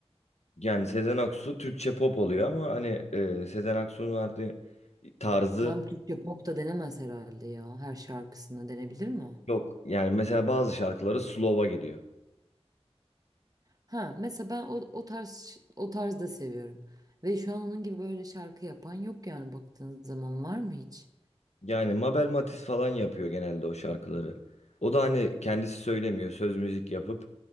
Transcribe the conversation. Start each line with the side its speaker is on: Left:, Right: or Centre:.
Left: Yani Sezen Aksu Türkçe pop oluyor ama hani e, Sezen Aksu'nun artık tarzı
Right: Tam Türkçe pop da denemez herhalde ya. Her şarkısına denebilir mi?
Left: yok. Yani mesela bazı şarkıları slow'a giriyor.
Right: Ha mesela ben o, o tarz o tarz da seviyorum. Ve şu an onun gibi böyle şarkı yapan yok yani baktığın zaman var mı hiç?
Left: Yani Mabel Matiz falan yapıyor genelde o şarkıları. O da hani kendisi söylemiyor. Söz müzik yapıp